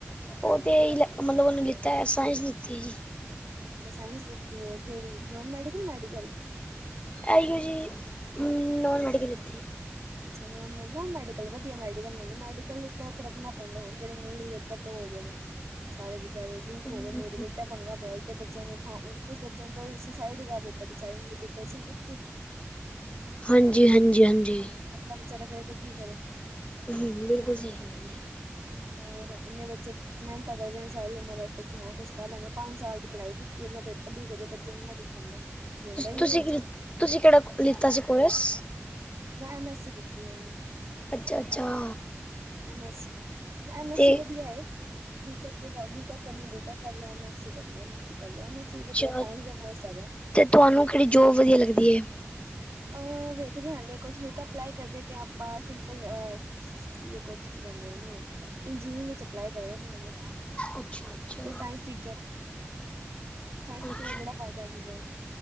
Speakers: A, on the left; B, on the right.
A: ਉਹ 'ਤੇ ਇਹੀ, ਮਤਲਬ ਉਹਨੇ ਲਿੱਤਾ ਹੋਇਆ ਏ ਸਾਇੰਸ ਲਿੱਤੀ ਜੀ।
B: 'ਤੇ ਸਾਇੰਸ ਲਿੱਤੀ ਏ, ਕਿਹੜੀ ਨੋਨ ਮੈਡੀਕਲ, ਮੈਡੀਕਲ
A: ਆਈਓ ਜੀ, ਨੋਨ ਮੈਡੀਕਲ ਲਿੱਤੀ ਏ।
B: ਅੱਛਾ ਨੋਨ ਮੈਡੀਕਲ, ਨੋਨ ਮੇਡੀਕਲ ਵਧੀਆ। ਮੈਡੀਕਲ ਵਿੱਚ ਤਾਂ ਤਰਕਣਾ ਪੈਂਦਾ, ਹੁਣ ਜਿਹੜੇ ਨੀਟ ਦੇ ਪੇਪਰ ਲੋ ਗਏ ਨੇ। ਸਾਰੇ ਬੇਚਾਰੇ ਲੀਕ
A: ਹੂੰ
B: ਹੋ ਗਏ, ਨੀਟ ਏਡਾ ਪੰਗਾ ਪਿਆ ਜਦ - ਬੱਚਿਆਂ ਸਾ ਓ, ਕੁਛ ਬੱਚਿਆਂ ਨੇ ਤਾਂ ਸੁਸਾਈਡ ਹੀ ਕਰ ਦਿੱਤਾ। ਬੇਚਾਰੇ ਡਿਪਰੈਸ਼ਨ ਵਿੱਚ -
A: ਹਾਂਜੀ- ਹਾਂਜੀ -ਹਾਂਜੀ।
B: ਤਾਂ ਵਿਚਾਰਾ ਕਰੇ' ਤੇ ਕੀ ਕਰੇ?
A: ਹਮ- ਬਿਲਕੁਲ ਸਹੀ ਗੱਲ ਏ।
B: ਔਰ ਇੰਨੇ ਬੱਚੇ ਮੇਹਨਤ ਤਾ ਕਰਦੇ ਨੇ, ਸਾਰੀ ਉਮਰ ਵਾਸਤੇ ਕਿ ਹਾਂ ਕੁਛ- ਪੈਂਲਾ ਓਹਨੇ ਪੰਜ ਸਾਲ ਦੀ ਪੜ੍ਹਾਈ ਕੀਤੀ। ਓਧਰੋਂ ਪੇਪਰ ਲੀਕ ਹੋ, ਜੇ ਬੱਚੇ ਨੂੰ ਇਨ੍ਹਾਂ ਦੁੱਖ ਹੁੰਦਾ। ਰੋਂਦਾ ਹੀ
A: ਤੁਸੀਂ
B: ਹੈ ਬੱਚਾ
A: ਕੀ -ਤੁਸੀਂ ਕਿਹੜਾ ਲਿੱਤਾ ਸੀ ਕੋਰਸ?
B: ਮੈਂ ਐਮ-ਐਸ-ਸੀ ਕੀਤੀ ਹੋਈ ਏ।
A: ਅੱਛਾ-ਅੱਛਾ
B: M- S -C, M -S
A: ਤੇ
B: -C ਵਧੀਆ ਏ। ਬੀ-ਟੈਕ ਦੇ ਬਾਦ ਬੀ-ਟੈਕ ਕਰਨੀ, ਬੀ-ਟੈਕ ਕਰ ਲਉ। ਐਮ ਐਸ ਸੀ ਕਰਨੀ, ਐਮ-ਐਸ- ਸੀ ਕਰ ਲਉ। ਪੈਲੋਂ ਨਈ ਸੀ,
A: ਅੱਛਾ
B: ਵਧੀਆ ਸਾਇੰਸ ਦਾ ਕੋਰਸ ਹੈਗਾ।
A: 'ਤੇ ਤੁਹਾਨੂੰ ਕੇੜੀ ਜੋਬ ਵਧੀਆ ਲੱਗਦੀ ਏ।
B: ਅ -ਵੇਖਦੇ ਆਂ ਹਾਲੇ ਕੁਛ ਹਲਕਾਂ ਅਪਲਾਈ ਕਰਦੇ ਪਏ ਆਂ ਆਪਾਂ ਸਿੰਪਲ ਅ - ਈਓਂ ਕੁੱਛ ਕੀ ਕੈਂਦੇ ਨੀ, ਇੰਜੀਨੀਰਿੰਗ ਵਿਚ ਅਪਲਾਈ ਕਰਦੇ ਪਏ ਆਂ ਹੁਣ।
A: ਅੱਛਾ-ਅੱਛਾ,
B: ਇਹ ਸਾਇੰਸ ਟੀਚਰ-ਸਾਇੰਸ ਟੀਚਰ
A: ਅੱਛਾ
B: ਦਾ ਬੜਾ ਫਾਇਦਾ ਏ ਚੀਜ਼ਾਂ ਚ -